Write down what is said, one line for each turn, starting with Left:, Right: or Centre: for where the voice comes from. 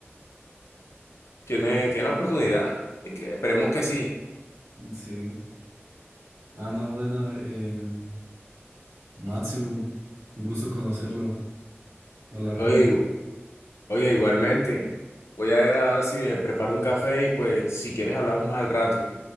Left: Tiene, tiene la oportunidad. Así que esperemos que sí.
Right: Sí. Ah, no, bueno, em, Máximo, un gusto conocerlo, hablar
Left: Oye,
Right: con...
Left: igu- oye, igualmente. Voy a ver ahora si me preparo un café y pues si quieres hablamos más al rato.